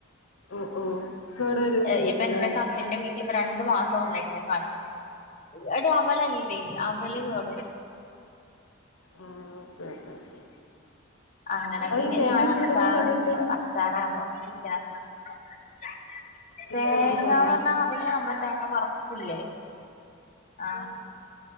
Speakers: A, on the left; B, on the left.
A: ഓഹ് ഓഹ് കേട് വരും
B: ഏ
A: ചെയ്തല്ലേ
B: ഇപ്പെന്റെ കസിന്റെ വീട്ടിലിപ്പ ര ണ്ട്‌ മാസം <unintelligible> എടി അവലല്ലേ അവല് കേട് വരൂല
A: ആഹ് ഓക്കെ ഓക്കെ
B: ആ അങ്ങനെ
A: അത്
B: പിന്നെ
A: ഈ തേങ്ങയൊക്കെ
B: ഞാനച്ചാറ്
A: ഇടുന്ന സമയത്ത്
B: അച്ചാറ് കൊണ്ടോവും <unintelligible>
A: ചിക്കൻ
B: തേങ്ങാന്ന്
A: കച്ചോടാ
B: പറഞ്ഞാ അതില് നമ്മ തേങ്ങ വർ കുല്ലേ ആ